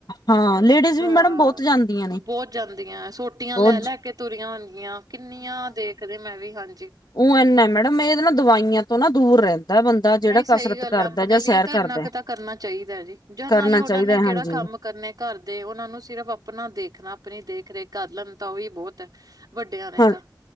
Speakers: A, on the left; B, on the right.
A: ਹਾਂ ਲੇਡੀਜ਼ ਵੀ
B: ਹਾਂ,
A: ਮੈਡਮ ਬਹੁਤ ਜਾਂਦੀਆਂ ਨੇ
B: ਬੋਤ ਜਾਂਦੀਆਂ ਸੋਟੀਆਂ
A: ਬਹੁਤ
B: ਲੈ, ਲੈ ਕੇ ਤੂਰੀਆਂ ਹੋਨਗੀਆਂ, ਕਿੰਨੀਆਂ ਦੇਖਦੇ ਮੈਂ ਵੀ, ਹਾਂਜੀ।
A: ਉ ਏੱਨਾ ਮੈਡਮ, ਏਹ ਨਾ ਦਵਾਈਆਂ ਤੋਂ ਨਾ ਦੂਰ ਰੈਂਦਾ ਬੰਦਾ। ਜਿਹੜਾ
B: ਨਈ
A: ਕਸਰਤ
B: ਸਈ ਗਾਲ
A: ਕਰਦਾ
B: ਐ, ਅਪਨੇ
A: ਜਾਂ
B: ਲੀਏ
A: ਸੈਰ
B: ਤਾਂ
A: ਕਰਦਾ।
B: ਇੰਨਾ ਕ ਤਾਂ ਕਰਨਾ ਚਾਈਦਾ ਜੀ, ਜ
A: ਕਰਨਾ
B: ਨਾਲੇ ਓਨਾਂ
A: ਚਾਹੀਦਾ
B: ਨੇ
A: ਹਾਂਜੀ
B: ਕੈੜਾ ਕੰਮ ਕਰਨੇ। ਘਾਰਦੇ, ਓਨਾਂ ਨੂੰ ਸਿਰਫ਼ ਅਪਨਾ ਦੇਖਨਾ, ਅਪਨੀ ਦੇਖ- ਰੇਖ ਕਾਰ ਲੈਨ ਤਾਂ ਓਹੀ ਬੋਤ ਐ। ਵੱਡੇਆਂ ਨੇ
A: ਹਾਂ
B: ਤਾਂ,